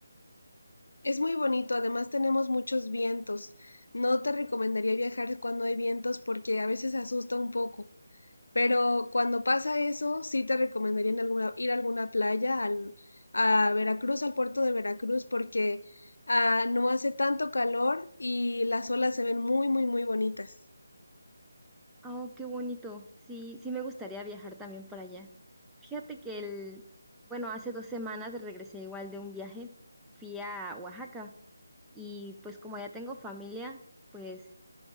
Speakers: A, on the left (about 60°); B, in the centre.
A: Es muy bonito, además tenemos muchos vientos. No te recomendaría viajar cuando hay vientos porque a veces asusta un poco, pero cuando pasa eso, sí te recomendaría en alguna- ir a alguna playa, al, a Veracruz, al puerto de Veracruz, porque ah, no hace tanto calor y las olas se ven muy, muy, muy bonitas.
B: Oh, qué bonito. Sí, sí me gustaría viajar también para allá. Fíjate que el, bueno, hace dos semanas regresé igual de un viaje. Fui a Oaxaca y pues como ya tengo familia, pues